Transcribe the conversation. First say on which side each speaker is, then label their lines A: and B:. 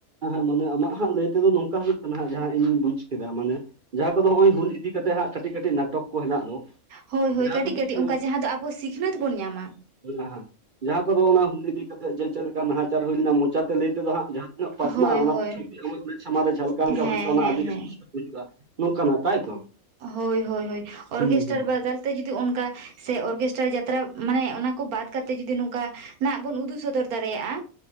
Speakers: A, on the right (about 45°); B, on the right (about 85°).
A: ᱦᱮᱸ ᱢᱟᱱᱮ ᱟᱢᱟᱜ ᱦᱟᱜ ᱞᱟᱹᱭ ᱛᱮᱫᱚ ᱱᱚᱝᱠᱟ ᱦᱩᱭᱩᱜ ᱠᱟᱱᱟ ᱦᱟᱜ ᱡᱟᱦᱟᱸ ᱤᱧ ᱵᱩᱡ ᱠᱮᱫᱟ᱾ ᱢᱟᱱᱮ ᱡᱟᱦᱟᱸ ᱠᱚᱫᱚ ᱱᱚᱜᱼᱚᱭ ᱦᱩᱞ ᱤᱫᱤ ᱠᱟᱛᱮᱜ ᱦᱟᱸᱜ ᱠᱟᱹᱴᱤᱡ ᱠᱟᱹᱴᱤᱡ ᱱᱟᱴᱚᱠ ᱠᱚ ᱦᱮᱱᱟᱜ ᱫᱚ᱾
B: ᱦᱳᱭ ᱦᱳᱭ
A: ᱡᱟᱦᱟᱸ
B: ᱠᱟᱹᱴᱤᱡ
A: ᱠᱚᱫᱚ
B: ᱠᱟᱹᱴᱤᱡ ᱚᱱᱠᱟ ᱡᱟᱦᱟᱸ ᱫᱚ ᱟᱵᱚ ᱥᱤᱠᱷᱱᱟᱹᱛ ᱵᱚᱱ ᱧᱟᱢᱟ᱾
A: ᱦᱩᱞ ᱞᱟᱦᱟ ᱡᱟᱦᱟᱸ ᱠᱚᱫᱚ ᱚᱱᱟ ᱦᱩᱞ ᱤᱫᱤ ᱠᱟᱛᱮᱜ ᱡᱮ ᱪᱮᱫ ᱞᱮᱠᱟ ᱱᱟᱦᱟᱪᱟᱨ ᱦᱩᱭ ᱞᱮᱱᱟ? ᱢᱚᱪᱟᱛᱮ ᱞᱟᱹᱭ ᱛᱮᱫᱚ ᱦᱟᱸᱜ ᱡᱟᱦᱟᱸ ᱛᱤᱱᱟᱹᱜ ᱯᱟᱥᱱᱟᱜᱼᱟ
B: ᱦᱳᱭ
A: ᱚᱱᱟ
B: ᱦᱳᱭ
A: ᱫᱚ ᱪᱷᱩᱵᱤ ᱥᱟᱢᱟᱝ ᱨᱮ ᱢᱮᱫᱽ ᱥᱟᱢᱟᱝ ᱨᱮ ᱡᱷᱟᱞᱠᱟ
B: ᱦᱮᱸ
A: ᱟᱠᱟ ᱦᱩᱭ ᱛᱚ ᱚᱱᱟ
B: ᱦᱮᱸ
A: ᱟᱹᱰᱤ ᱦᱩᱞ
B: ᱦᱮᱸ
A: ᱞᱟᱦᱟ ᱡᱟᱦᱟᱸ ᱠᱚᱫᱚ ᱚᱱᱟ ᱦᱩᱞ ᱤᱫᱤ ᱠᱟᱛᱮᱜ ᱡᱮ ᱪᱮᱫ ᱞᱮᱠᱟ ᱱᱟᱦᱟᱪᱟᱨ ᱦᱩᱭ ᱞᱮᱱᱟ? ᱢᱚᱪᱟᱛᱮ ᱞᱟᱹᱭ ᱛᱮᱫᱚ ᱦᱟᱸᱜ ᱡᱟᱦᱟᱸ ᱱᱚᱝᱠᱟᱱᱟᱜ ᱛᱟᱭᱛᱚ
B: ᱦᱳᱭ ᱦᱳᱭ ᱦᱳᱭ ᱚᱨᱠᱮᱥᱴᱟᱨ
A: ᱦᱩᱸ ᱦᱩᱸ
B: ᱵᱚᱫᱚᱞ ᱡᱩᱫᱤ ᱚᱱᱠᱟ ᱥᱮ ᱚᱨᱠᱮᱥᱴᱟᱨ ᱡᱟᱛᱨᱟ ᱢᱟᱱᱮ ᱚᱱᱟ ᱠᱚ ᱵᱟᱫ ᱠᱟᱛᱮ ᱡᱚᱫᱤ ᱱᱚᱝᱠᱟ ᱦᱩᱞ ᱞᱟᱦᱟ ᱡᱟᱦᱟᱸ ᱠᱚᱫᱚ ᱚᱱᱟ ᱦᱩᱞ ᱤᱫᱤ ᱠᱟᱛᱮᱜ ᱡᱮ ᱪᱮᱫ ᱞᱮᱠᱟ ᱱᱟᱦᱟᱪᱟᱨ ᱦᱩᱭ ᱞᱮᱱᱟ? ᱢᱚᱪᱟᱛᱮ ᱞᱟᱹᱭ ᱛᱮᱫᱚ ᱦᱟᱸᱜ ᱡᱟᱦᱟᱸ ᱵᱚᱱ ᱩᱫᱩᱜ ᱥᱚᱫᱚᱨ ᱫᱟᱲᱮᱭᱟᱜᱼᱟ᱾